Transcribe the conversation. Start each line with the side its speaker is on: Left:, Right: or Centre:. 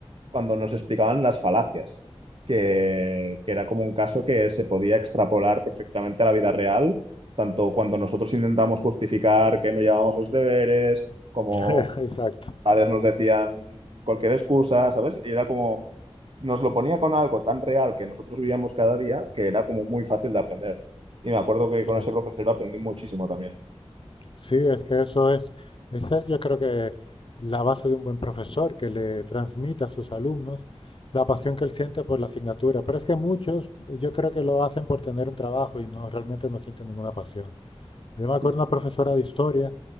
Right: cuando nos explicaban las falacias, que, que era como un caso que se podía extrapolar perfectamente a la vida real, tanto cuando nosotros intentamos justificar que no llevábamos los deberes, como
Left: <laughs> Exacto,
Right: padres nos decían cualquier excusa, ¿sabes? Y era como, nos lo ponía con algo tan real que nosotros vivíamos cada día, que era como muy fácil de aprender. Y me acuerdo que con
Left: claro.
Right: ese profesor aprendí muchísimo también.
Left: Sí, es que eso es, esa es yo creo que la base de un buen profesor, que le transmita a sus alumnos la pasión que él siente por la asignatura. Pero es que muchos, eh, yo creo que lo hacen por tener un trabajo y no realmente no sienten ninguna pasión. Yo me acuerdo
Right: Sí.
Left: de una profesora de historia